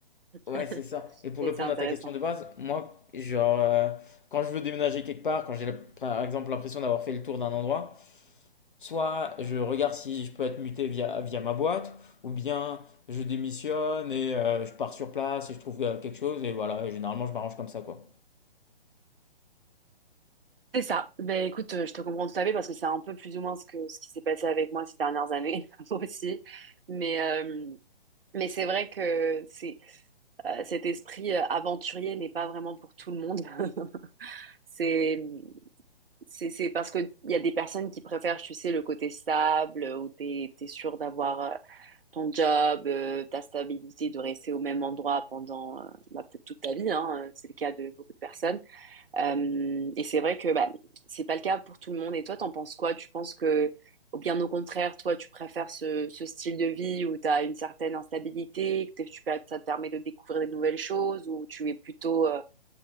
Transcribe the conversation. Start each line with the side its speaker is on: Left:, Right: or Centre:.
Left: Ouais,
Right: <laughs>
Left: c'est ça. Et pour
Right: Mais
Left: répondre
Right: c'est intéressant.
Left: à ta question de base, moi, genre, euh, quand je veux déménager quelque part, quand j'ai la- par exemple l'impression d'avoir fait le tour d'un endroit, soit je regarde si je peux être muté via, via ma boîte, ou bien je démissionne et euh, je pars sur place et je trouve euh, quelque chose, et voilà, et généralement je m'arrange comme ça, quoi.
Right: C'est ça. Ben écoute, euh, je te comprends tout à fait parce que c'est un peu plus ou moins ce que ce qui s'est passé avec moi ces dernières années <laughs> moi aussi. Mais euh, mais c'est vrai que c'est euh, cet esprit euh, aventurier n'est pas vraiment pour tout le monde. <laughs> C'est C'est, c'est parce que il y a des personnes qui préfèrent, tu sais, le côté stable, euh, où t'es, t'es sûr d'avoir euh, ton job, euh, ta stabilité, de rester au même endroit pendant, euh, bah, peut-être toute ta vie, hein, euh, c'est le cas de beaucoup de personnes. Euh, et c'est vrai que, bah, c'est pas le cas pour tout le monde. Et toi, t'en penses quoi? Tu penses que, ou bien au contraire, toi, tu préfères ce, ce style de vie où t'as une certaine instabilité, que t'es- tu, peux- ça te permet de découvrir des nouvelles choses, ou tu es plutôt, euh,